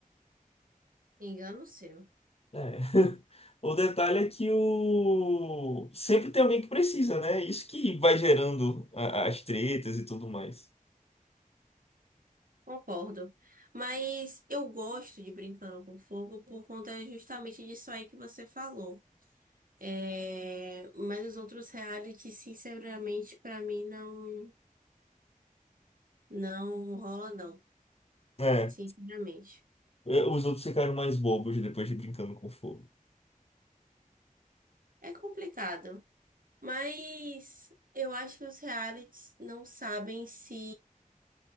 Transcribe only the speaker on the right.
Engano seu.
Concordo. Mas eu gosto de Brincando com Fogo por conta justamente disso aí que você falou. É, mas os outros reality, sinceramente, pra mim não não rola não,
sinceramente.
É complicado, mas eu acho que os realities não sabem se